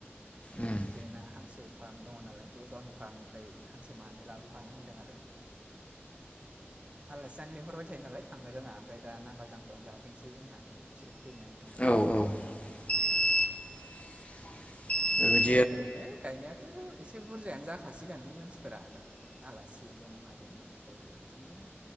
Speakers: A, on the left (about 30°); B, on the right (about 25°).
A: उम
B: बेना हांसो फार्म दङ नालाय बे गावनि फार्मनिफ्राय हांसो मानै लाबोफानो होनदों आरो। आलासि जानो लिंहरबाय थायो नालाय थांनो रोङा। ओमफ्राय दा नांगोल जांख्रायावनो जाफैनोसै होननानै बिसोरो फैनो नागिरदों आरो।
A: औ औ <inaudible>
B: ओरैनो गायनायाथ' एसे बुरजायानो जाखासिगोन मानसिफोरा दा आलासिजों माजों ओमफ्राय बिदिनो